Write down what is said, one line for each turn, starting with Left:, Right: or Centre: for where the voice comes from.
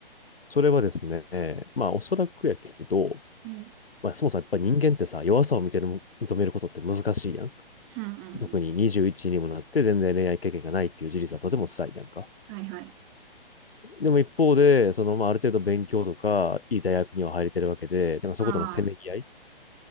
Left: それはですね、まあおそらくやけど、
Right: うん。
Left: まあそもそもやっぱり人間ってさ、弱さを認める、認めることって難しいやん。
Right: うん、うん。
Left: 特に21にもなって全然恋愛経験がないっていう事実はとても辛いやんか。
Right: はいはい。
Left: でも一方で、そのまあある程度勉強とか、いい大学には入れてるわけで、なんかそことのせめぎ合い
Right: ああ、